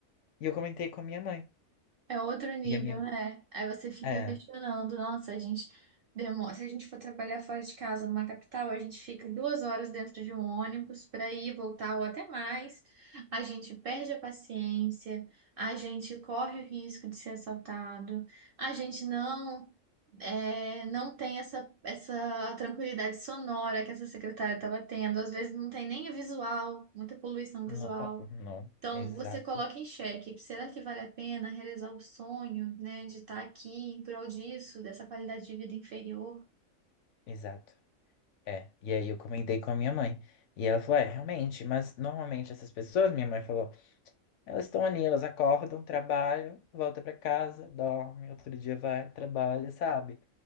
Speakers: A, on the left (about 70°); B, on the right (about 60°).
A: E eu comentei com a minha mãe.
B: É outro nível,
A: E a minha.
B: né? Aí você fica
A: É.
B: questionando, nossa, a gente demora. Se a gente for trabalhar fora de casa, numa capital, a gente fica duas horas dentro de um ônibus para ir, e voltar ou até mais. A gente perde a paciência, a gente corre o risco de ser assaltado, a gente não é, não tem essa, essa tranquilidade sonora que essa secretária estava tendo. Às vezes não tem nem a visual, muita poluição visual.
A: Não, ó, não,
B: Então,
A: exato,
B: você coloca em xeque, será que vale a pena realizar o sonho, né, de estar aqui em prol disso, dessa qualidade de vida inferior?
A: exato. É, e aí eu comentei com a minha mãe. E ela falou: é, realmente, mas normalmente essas pessoas, minha mãe falou, elas estão ali, elas acordam, trabalham, volta pra casa, dorme, outro dia vai, trabalha, sabe?